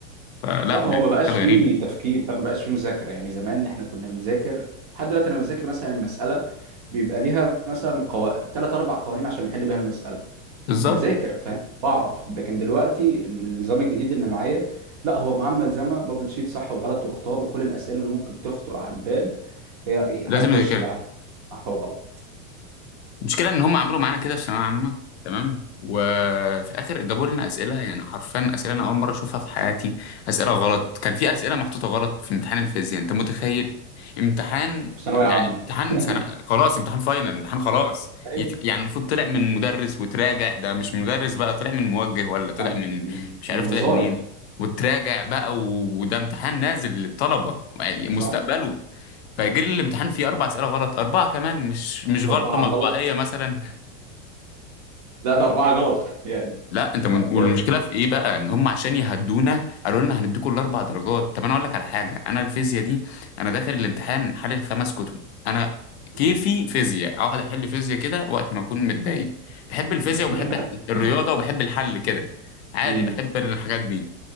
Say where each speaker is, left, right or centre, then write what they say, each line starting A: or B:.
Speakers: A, on the left; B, on the right.
A: فلا
B: صح هو
A: دي
B: ما بقاش
A: حاجه
B: فيه
A: غريبه
B: تفكير فما بقاش فيه مذاكره يعني زمان احنا كنا بنذاكر لحد دلوقتي انا بذاكر مثلا المساله بيبقى ليها مثلا قو... تلات اربع قوانين عشان احل بيها المساله
A: بالظبط
B: فبذاكر فاهم بعرف لكن دلوقتي النظام الجديد اللي معايا لا هو معاه ملزمه بابل شيت صح وغلط واختار وكل الاسئله اللي ممكن تخطر على البال هي إيه،
A: لازم
B: هيخش
A: نذاكرها
B: بقى صح وغلط
A: المشكله ان هم عملوا معانا كده في ثانويه عامه تمام وفي الاخر جابوا لنا اسئله يعني حرفيا اسئله انا اول مره اشوفها في حياتي اسئله غلط كان في اسئله محطوطه غلط في امتحان الفيزياء انت متخيل امتحان
B: في ثانويه
A: يعني
B: عامه
A: امتحان
B: <laughs>
A: سنة خلاص امتحان فاينل امتحان خلاص
B: ايه
A: يت- يعني المفروض طلع من مدرس وتراجع ده مش مدرس بقى طلع من موجه ولا طلع
B: بتاع من
A: من
B: من
A: مش
B: من
A: عارف
B: وزاره
A: طلع منين وتراجع بقى و- وده امتحان نازل للطلبة يعني مستقبله
B: صح
A: فيجي لي الامتحان فيه اربع اسئله غلط اربعه كمان مش مش غلطه
B: اربعه
A: مطبعيه
B: غلط
A: مثلا
B: لا ده اربعه غلط <laughs> يعني
A: لا انت من...
B: لا بجد
A: والمشكله في ايه بقى ان هم عشان يهدونا قالوا لنا هنديكوا الاربع درجات طب انا اقول لك على حاجه انا الفيزياء دي انا داخل الامتحان حلل خمس كتب انا
B: مم.
A: كيفي فيزياء اقعد احل فيزياء كده وقت ما اكون متضايق بحب الفيزياء
B: <laughs>
A: وبحب الرياضه وبحب الحل كده عادي
B: مم.
A: بحب الحاجات دي